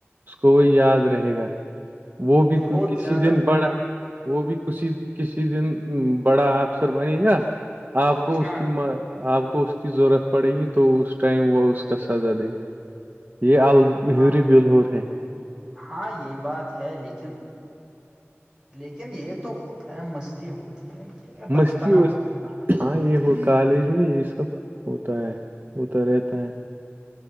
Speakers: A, on the right (about 45°); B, on the right (about 15°).
A: اس کو وہ یاد رہے گا وہ بھی
B: بہت
A: کسی
B: زیادہ
A: دن بڑا وہ بھی کسی کسی دن بڑا آفسر بنے گا آپ کو
B: ہاں
A: اس کی آپ کو اس کی ضرورت پڑے گی تو اس ٹائم وہ اس کا سزا دے گا یہ
B: ہاں
A: <inaudible>
B: ہاں یہ بات ہے لیکن لیکن یہ تو ہوتا ہے مستی ہوتی ہے کہ یہ بچپنا
A: مستی وستی
B: ہوتا ہے
A: ہاں یہ ہو کالج میں یہ سب ہوتا ہے ہوتا رہتا ہے